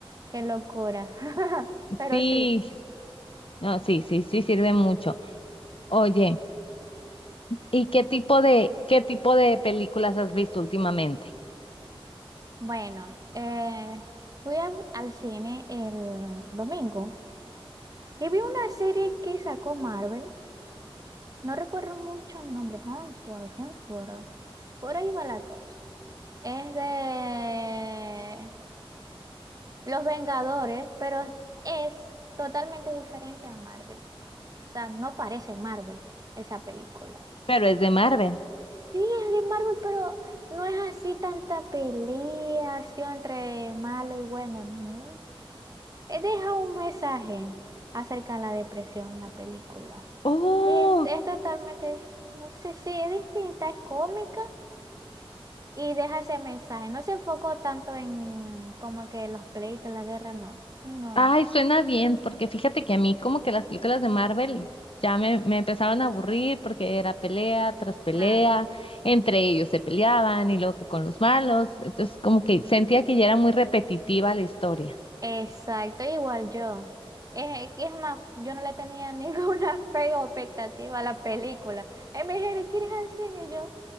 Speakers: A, on the right (about 40°); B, on the left (about 65°).
A: Qué locura. <laughs> Pero
B: Sí,
A: sí,
B: no, sí, sí, sí sirve mucho. Oye. ¿Y qué tipo de, qué tipo de películas has visto últimamente?
A: bueno, eh, fui a- al cine el domingo y vi una serie que sacó Marvel. No recuerdo mucho el nombre, Hemsworth, Hemsworth. Por ahí va la cosa. Es de Los Vengadores, pero es totalmente diferente a Marvel. O sea, no parece Marvel esa película.
B: Pero es de Marvel.
A: Sí, es de Marvel, pero no es así tanta pelea así entre malo y bueno, no. Eh, Deja un mensaje acerca de la depresión, la película.
B: Oh,
A: Es, es totalmente, no sé si es distinta, es cómica y deja ese mensaje. No se enfocó tanto en como que los pleitos, la guerra, no, sino
B: ay, suena bien, porque fíjate que a mí como que las películas de Marvel ya me, me empezaron a aburrir porque era pelea tras pelea,
A: ah,
B: entre ellos se peleaban y luego que con los malos, entonces como que sentía que ya era muy repetitiva la historia.
A: Exacto, igual yo. Es, es más, yo no le tenía <laughs> ninguna fe o expectativa a la película. Y me dijeron, ¿quieres ir al cine? Y yo,